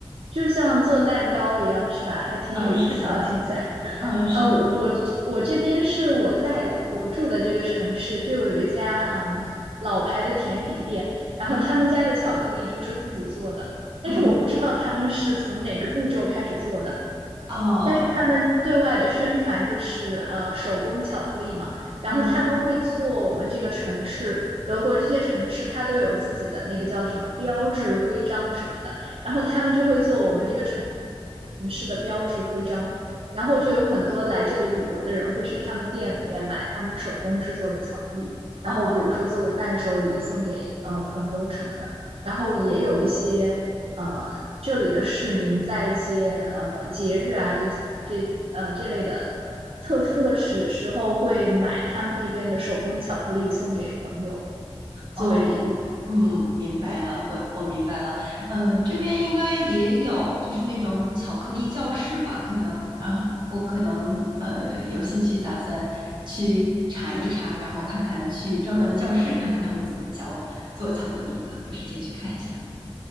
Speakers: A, on the right; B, on the right.
A: 就像做蛋糕一样，是吧？还挺有意思的，
B: 嗯，是的，
A: 听起来。
B: 嗯，是的，
A: 呃，我我我这边是我在我住的这个城市，就有一家嗯老牌的甜品店，然后他们家的巧克力就是自己做的，
B: 嗯
A: 但是我不知道他们是从哪个步骤开始做的，
B: 嗯，哦，
A: 但是他们对外的宣传就是呃手工巧克力嘛，然后他们会做我们这个城市。
B: 嗯
A: 德国这些城市，它都有自己的那个叫什么标志、徽章什么的，然后他们就会做我们这个城。城市的标志徽章，然后就有很多来这里旅游的人会去他们店里面买他们手工制作的巧克力，
B: 哦
A: 然后比如说作为伴手礼送给呃朋友什么的，然后也有一些呃这里的市民在一些呃节日啊这这呃这类的
B: 哦。
A: 特殊的时时候会买他们那边的手工巧克力送给朋友作为礼物。
B: 哦。嗯，明白了，我我明白了。嗯，这边应该也有，就是那种巧克力教室吧，可能啊，我可能呃有兴趣，打算去查一查，然后看看去专门的教室看看他们怎么教做巧克力的，有时间去看一下。